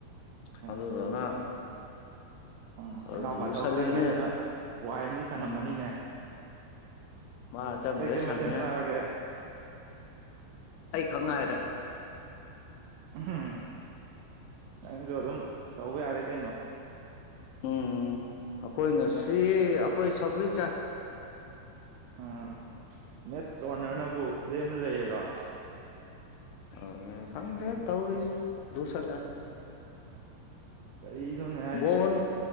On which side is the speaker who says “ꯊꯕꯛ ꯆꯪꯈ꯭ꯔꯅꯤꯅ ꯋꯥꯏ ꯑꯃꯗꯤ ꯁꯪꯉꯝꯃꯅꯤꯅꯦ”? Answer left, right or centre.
Right